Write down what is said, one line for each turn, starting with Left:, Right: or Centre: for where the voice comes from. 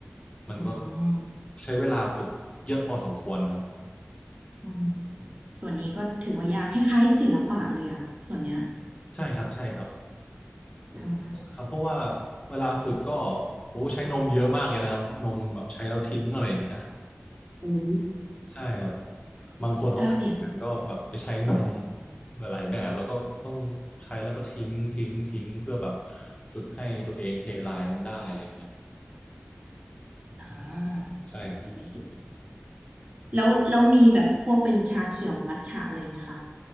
Left: มันก็
Right: อืม
Left: ใช้เวลาฝึกเยอะพอสมควรครับ
Right: อืมส่วนนี้ก็ถือว่ายากคล้ายๆศิลปะเลยอะส่วนเนี้ย
Left: ใช่ครับใช่ครับ
Right: ทำงาน
Left: ครับเพราะว่าเวลาฝึกก็โอ้ใช้นมเยอะมากเลยนะครับนมแบบใช้แล้วทิ้งอะไรอย่างเงี้ย
Right: โอ้
Left: ใช่ครับบางคนเขาแข่งกันก็แบบไปใช้นม
Right: ถ้าเสียง
Left: หลายๆแบบแล้วก็ต้องใช้แล้วก็ทิ้งทิ้งทิ้งเพื่อแบบฝึกให้ตัวเองเทลายนั้นได้อะไรอย่างเงี้ย
Right: อ่า
Left: ใช่ครับ
Right: นี่แล้ว แล้วมีแบบพวกเป็นชาเขียว มัทฉะอะไรไหมคะ